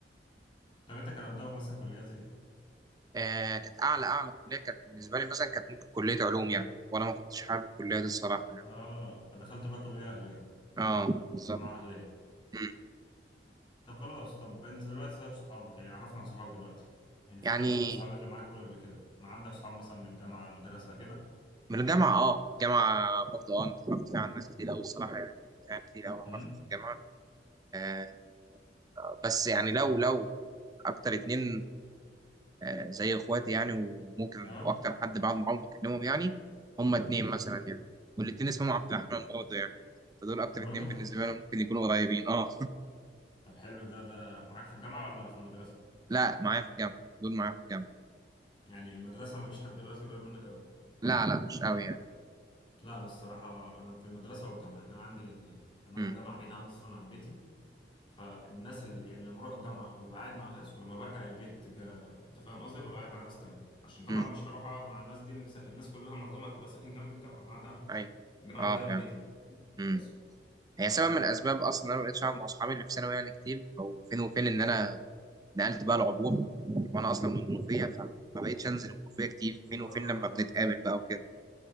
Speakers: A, on the left; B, on the right.
A: طب انت كان قدامك مثلا كليات ايه
B: آه كانت اعلى اعلى كليه كانت بالنسبه لي مثلا كانت ممكن كليه علوم يعني وانا ما كنتش حابب الكليه دي الصراحه
A: اه فدخلت بقى كليه اهليه
B: اه بالظبط
A: جامعه اهليه
B: أمم.
A: طب خلاص طب انت دلوقتي طيب صحابك يعني عرفنا عن صحابك دلوقتي يعني فكك
B: يعني
A: بقى من صحاب اللي معاك ولا قبل كده ما عندك صحاب مثلا من الجامعة مدرسة كده
B: من الجامعة اه الجامعة برضه اه أنا اتعرفت فيها على ناس كتير أوي الصراحة يعني فيها كتير أوي
A: امم
B: اتعرفت في الجامعة آه بس يعني لو لو أكتر اتنين آه زي إخواتي يعني وممكن
A: اه
B: وأكتر حد بعد ما عمري بكلمهم يعني هما اتنين مثلا يعني والاتنين اسمهم عبد
A: اتنين
B: الرحمن برضه يعني فدول أكتر
A: <laughs> برضه
B: اتنين بالنسبة لي ممكن يكونوا قريبين اه
A: طب حلو ده ده معاك في الجامعة ولا في المدرسة
B: <laughs> لا معايا في الجامعة دول معايا في الجامعة
A: يعني المدرسة ما فيش حد دلوقتي قريب منك قوي
B: لا لا مش أوي يعني
A: لا انا الصراحة انا في المدرسة والجامعة يعني انا عندي الاتنين يعني
B: امم
A: انا الجامعة بعيدة عن- اصلا عن بيتي فالناس اللي يعني لما اروح الجامعة ببقى قاعد مع ناس ولما برجع البيت جا... انت فاهم قصدي ببقى قاعد مع ناس تانية عشان طبعا
B: امم
A: مش هروح اقعد مع الناس دي اللي س... الناس كلها معظمها بتبقى ساكن جنب الجامعة ما دام
B: أيوه
A: جامعة
B: اه
A: بعيدة
B: فعلا
A: عن بيتي
B: امم
A: بس
B: هي
A: ف اه
B: سبب من الأسباب أصلا إن أنا ما بقتش أقعد مع أصحابي اللي في ثانوي يعني كتير أو فين وفين إن أنا نقلت بقى العبور وانا اصلا من المنوفيه فما بقتش انزل المنوفيه كتير
A: اه
B: فين وفين لما بنتقابل
A: ده انت
B: بقى وكده